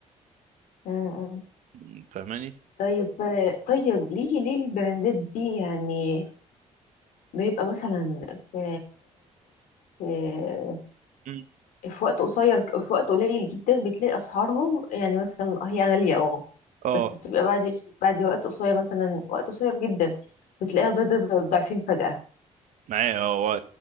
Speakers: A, on the left; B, on the right.
A: مم.
B: م، فاهماني
A: طيب طيب ليه ليه البراندات دي يعني بيبقى مثلا في في
B: م،
A: في وقت قصير في وقت قليل جدا بتلاقي اسعارهم يعني مثلا هي غالية اه
B: اه
A: بس بتبقى بعد بعد وقت قصير مثلا وقت قصير جدا بتلاقيها زادت ضعفين فجأة
B: معايا هو